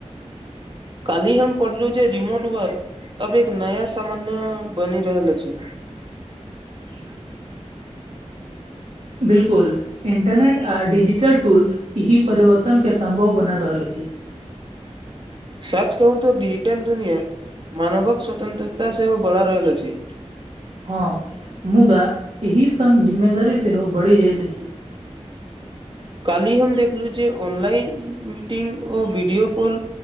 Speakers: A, on the right (about 40°); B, on the right (about 65°).
A: काली हम पढ़लहुँ जे रिमोट वर्क अब एक नया सामान्य बनी रहल अछी।
B: <inaudible> बिलकुल इंटरनेट आ डिजिटल टूल्स ईही परिवर्तन के सम्भव बना रहल अछि।
A: सच कहू तऽ डिजिटल दुनिया मानवक स्वतंत्रता सेहो बढ़ा रहल अछि।
B: हँ मुदा एहि संग जिम्मेदारी सेहो बढ़ि जाइत अछि।
A: कालहि हम देखलुं जे ऑनलाइन मीटिंग ओ वीडियो कॉल